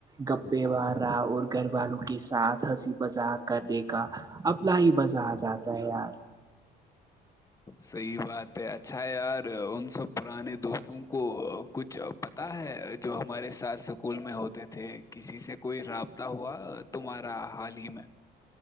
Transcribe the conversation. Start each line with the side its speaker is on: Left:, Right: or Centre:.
Right: گپپے وہ اور گھر والوں کے ساتھ ہنسی مذاق کرنے کا اپلا ہی بزہ آ جاتا ہے یار
Left: صحی بات ہے اچھا یار ان سب پرانے دوستوں کو کچھ جو پتاہ ہے جو ہمارے ساتھ سکول میں ہوتے تھے کسی سے کوئی رابطہ ہوا تمہارا حال ہی میں